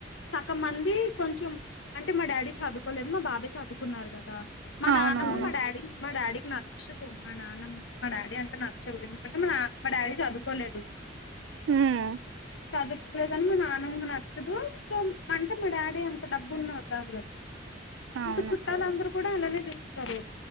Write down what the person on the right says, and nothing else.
అవునవును
హు ఆ
అవును